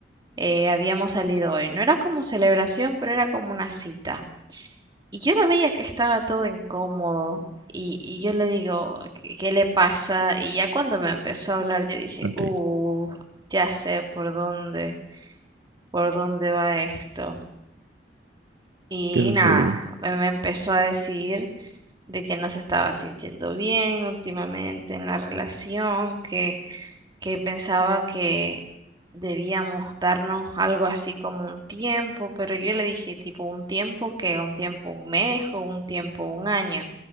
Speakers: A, on the right; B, on the right.
A: eh, habíamos salido hoy. No era como celebración, pero era como una cita. Y yo lo veía que estaba todo incómodo y, y yo le digo, ¿qué, qué le pasa? Y ya cuando me empezó a hablar, yo dije,
B: Ok,
A: uh, ya sé por dónde, por dónde va esto. Y,
B: ¿qué sucedió?
A: y nada, me, me empezó a decir de que no se estaba sintiendo bien últimamente en la relación, que, que pensaba que debíamos darnos algo así como un tiempo, pero yo le dije tipo un tiempo que un tiempo un mes o un tiempo un año.